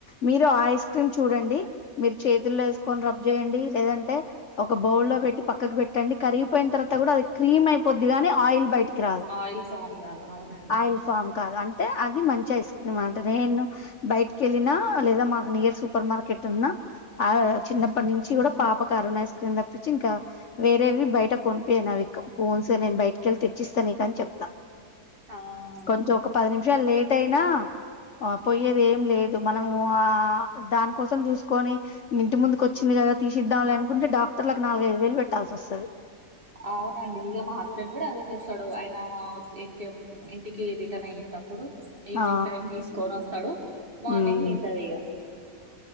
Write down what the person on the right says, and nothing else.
ఆయిల్ ఫామ్ కాదు అవునండి
ఆ
అవునండి ఇగ మా హస్బెండ్ కూడా అదే చేస్తాడు ఆయన వచ్చే ఇంకేం ఇంటికి రిటర్న్ అయ్యేటప్పుడు ఈవినింగ్
టైమ్ తీసుకొని వస్తాడు మార్నింగ్
తింటది ఇగ